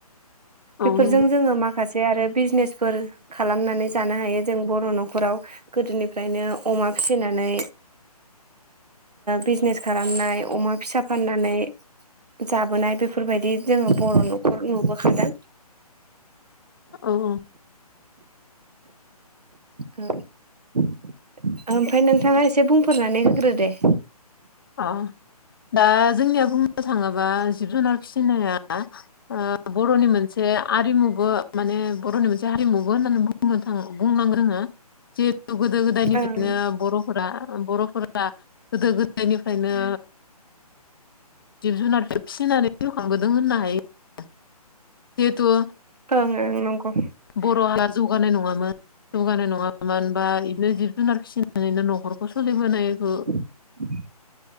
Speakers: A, on the left; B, on the right.
A: औ
B: बेफोरजों
A: नंगौ
B: जोङो मा जे आरो बिजनेसफोर खालामनानै जानो हायो जों बर' न'खराव गोदोनिफ्रायनो अमा फिसिनानै बिजनेस खालामनाय अमा फिसा फाननानै जाबोनाय बेफोरबायदि जोङो बर' न'खर नुबोखादों
A: औ औ
B: औ ओमफ्राय नोंथाङा एसे बुंफोरनानै होग्रो दे
A: अ दा जोंनिया बुंनो थाङोबा जिब जुनार फिसिनाया ओ बर'नि मोनसे आरिमुबो माने बर'नि मोनसे हारिमुबो होननानै बुंनो थाङो बुंनां जोङो जिहेतु गोदो गोदायनिफ्रायनो
B: ओं
A: बर'फोरा बर'फोरा गोदो गोद <unintelligible> निफ्रायनो जिब जुनारखौ फिसिनानै जिवखांबोदों होननो हायो जिहेथु
B: <unintelligible> ओ नंगौ
A: बर' हा जौगानाय नङामोन जौगानाय नङामोन बा बिनो जिब जुनार फिसिनानैनो न'खरखौ सोलिबोनायखौ
B: <inaudible>